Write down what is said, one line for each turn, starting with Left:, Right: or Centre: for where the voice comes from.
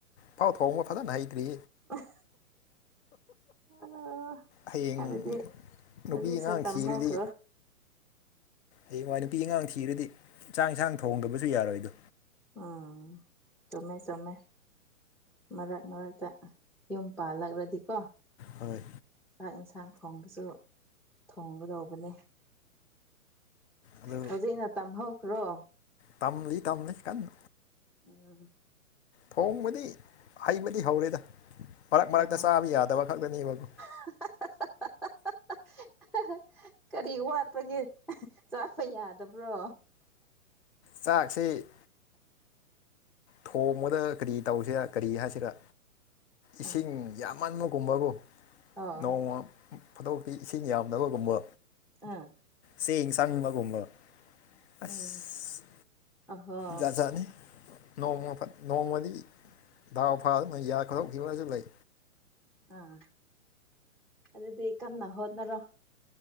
Left: ꯄꯥꯎ ꯊꯣꯡꯕ ꯐꯖꯅ ꯍꯩꯇ꯭ꯔꯤ
Centre: ꯑ ꯑꯣ
Left: ꯍꯌꯦꯡ
Centre: ꯑꯗꯨꯗꯤ ꯍꯧꯖꯤꯛꯁꯦ
Left: ꯅꯨꯄꯤ ꯑꯉꯥꯡ
Centre: ꯇꯝꯍꯧꯈ꯭ꯔꯣ
Left: ꯊꯤꯔꯗꯤ ꯍꯌꯦꯡꯋꯥꯏ ꯅꯨꯄꯤ ꯑꯉꯥꯡ ꯊꯤꯔꯗꯤ ꯆꯥꯡ ꯏꯟꯁꯥꯡ ꯊꯣꯡꯗꯕꯁꯨ ꯌꯥꯔꯣꯏꯗꯣ
Centre: ꯎꯝ ꯆꯃꯦ ꯆꯣꯃꯦ ꯃꯔꯛ ꯃꯔꯛꯇ ꯌꯨꯝ ꯄꯥꯜꯂꯛꯂꯗꯤꯀꯣ
Left: ꯍꯣꯏ
Centre: ꯆꯥꯛ ꯏꯟꯁꯥꯡ ꯊꯣꯡꯕꯁꯨ ꯊꯣꯡꯒꯗꯧꯕꯅꯤ
Left: ꯑꯗꯨ
Centre: ꯍꯧꯖꯤꯛꯅ ꯇꯝꯍꯧꯈ꯭ꯔꯣ
Left: ꯇꯝꯂꯤ ꯇꯝꯂꯤ ꯀꯟꯅ
Centre: ꯎ
Left: ꯊꯣꯡꯕꯗꯤ ꯍꯩꯕꯗꯤ ꯍꯧꯔꯦꯗ ꯃꯔꯛ ꯃꯔꯛꯇ
Centre: ꯑꯣ
Left: ꯆꯥꯕ ꯌꯥꯗꯕ ꯈꯛꯇꯅꯦꯕꯀꯣ
Centre: <unintelligible> ꯀꯔꯤ ꯋꯥꯠꯄꯒꯦ ꯆꯥꯕ ꯌꯥꯗꯕ꯭ꯔꯣ
Left: ꯆꯥꯛꯁꯤ ꯊꯣꯡꯕꯗ ꯀꯔꯤ ꯇꯧꯁꯤꯔꯥ ꯀꯔꯤ ꯍꯥꯏꯁꯤꯔꯥ ꯏꯁꯤꯡ
Centre: ꯑ
Left: ꯌꯥꯝ ꯃꯟꯕꯒꯨꯝꯕꯀꯣ
Centre: ꯑꯣ
Left: ꯅꯣꯡꯃ ꯐꯗꯣꯛ ꯇꯤ ꯏꯁꯤꯡ ꯌꯥꯝꯗꯕꯒꯨꯝꯕ
Centre: ꯑꯥ
Left: ꯆꯦꯡ ꯆꯪꯕꯒꯨꯝꯕ
Centre: ꯎꯝ
Left: ꯑꯁ
Centre: ꯑꯍꯣ
Left: ꯖꯥꯠ ꯖꯥꯠꯅꯦ ꯅꯣꯡꯃ ꯐꯠ ꯅꯣꯡꯃꯗꯤ ꯗꯥꯎ ꯐꯥꯗꯨꯅ ꯌꯥ ꯈꯣꯗꯣꯛꯈꯤꯕꯁꯨ ꯂꯩ
Centre: ꯑꯥ ꯑꯗꯨꯗꯤ ꯀꯟꯅ ꯍꯣꯠꯅꯔꯣ